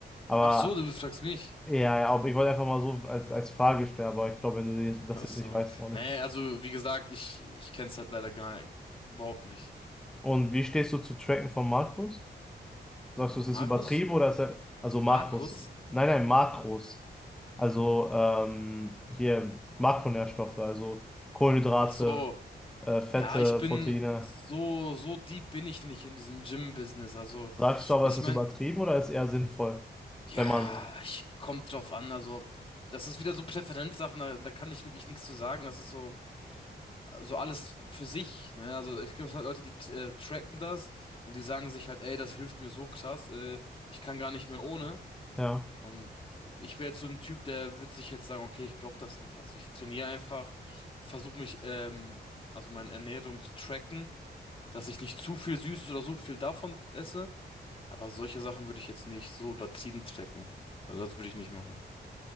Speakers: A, in the centre; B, on the left.
A: Aber
B: Ach so, du fragst mich.
A: ja, ja, aber ich wollte einfach mal so als, als Frage stellen, aber ich glaube, wenn du das
B: Ach
A: jetzt
B: so.
A: nicht weißt, auch nicht.
B: Nee, also wie gesagt, ich, ich kenn's halt leider gar überhaupt nicht.
A: Und wie stehst du zu Tracken von Markus? Sagst du, es ist
B: Markus?
A: übertrieben oder ist er, also
B: Markus?
A: Makros? Nein, nein, Makros. Also ähm, hier Makronährstoffe, also Kohlenhydrate,
B: Ach so.
A: äh, Fette,
B: Ja, ich bin
A: Proteine.
B: so, so deep bin ich nicht in diesem Gym-Business. Also,
A: Sagst du aber,
B: ich
A: es ist
B: mein,
A: übertrieben oder ist eher sinnvoll,
B: ja,
A: wenn man so?
B: ich kommt drauf an. Also, das ist wieder so Präferenzsachen, da, da kann ich wirklich nichts zu sagen. Das ist so. so alles für sich, ne? Also ich glaube, es halt Leute, die äh, tracken das und die sagen sich halt, ey, das hilft mir so krass, äh, ich kann gar nicht mehr ohne.
A: Ja,
B: Und ich wäre jetzt so ein Typ, der würde sich jetzt sagen, okay, ich brauche das nicht. Also ich trainiere einfach, versuche mich, ähm, also meine Ernährung zu tracken, dass ich nicht zu viel Süßes oder so viel davon esse. Aber solche Sachen würde ich jetzt nicht so übertrieben tracken. Also das würde ich nicht machen.